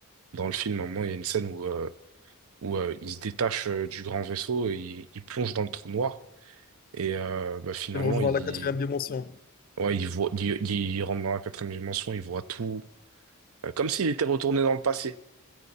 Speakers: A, on the right; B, on the left.
A: dans le film. À un moment, il y a une scène où, euh, où euh, il se détache euh, du grand vaisseau et il, il plonge dans le trou noir. Et euh, bah, finalement,
B: C'est rejoindre
A: il,
B: la quatrième dimension.
A: ouais, il voit, il, il rentre dans la quatrième dimension, il voit tout. Euh, Comme s'il était retourné dans le passé,